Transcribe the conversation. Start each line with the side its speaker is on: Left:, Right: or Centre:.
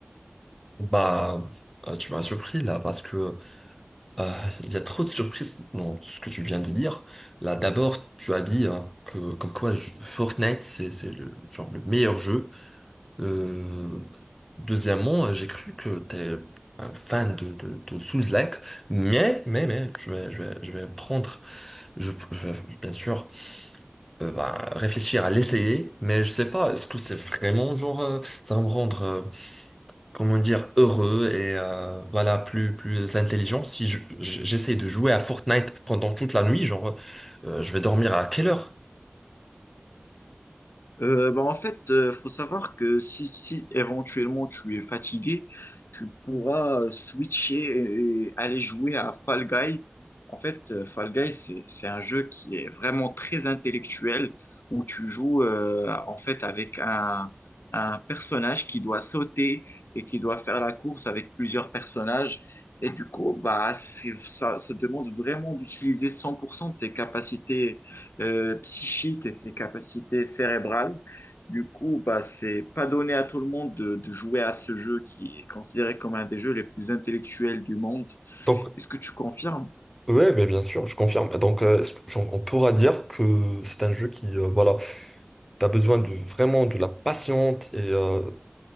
Centre: bah euh, tu m'as surpris là parce que Euh, il y a trop de surprises dans ce que tu viens de dire. Là, d'abord, tu as dit hein, que comme quoi je- Fortnite, c'est c'est le genre le meilleur jeu. Euh, deuxièmement, euh, j'ai cru que t'es un fan de, de, de Souls-like, mais mais mais je vais je vais je vais prendre, je, je vais bien sûr euh, bah, réfléchir à l'essayer, mais je sais pas, est-ce que c'est vraiment genre euh, ça va me rendre euh, comment dire, heureux et euh, voilà, plus, plus intelligent. Si je- j'essaie de jouer à Fortnite pendant toute la nuit, genre, euh, je vais dormir à quelle heure?
Left: Euh, bah, en fait, euh, faut savoir que si, si éventuellement tu es fatigué, tu pourras euh, switcher et aller jouer à Fall Guy. En fait, euh, Fall Guy, c'est, c'est un jeu qui est vraiment très intellectuel où tu joues euh, en fait avec un, un personnage qui doit sauter et qui doit faire la course avec plusieurs personnages. Et du coup, bah, c'est, ça, ça demande vraiment d'utiliser 100% de ses capacités euh, psychique et ses capacités cérébrales. Du coup, bah, c'est pas donné à tout le monde de, de jouer à ce jeu qui est considéré comme un des jeux les plus intellectuels du monde.
Centre: Donc,
Left: Est-ce que tu confirmes?
Centre: ouais, ben, bien sûr, je confirme. Bah, Donc, euh, est-ce que- genre, on pourra dire que c'est un jeu qui, euh, voilà, t'as besoin de vraiment de la patience et, euh,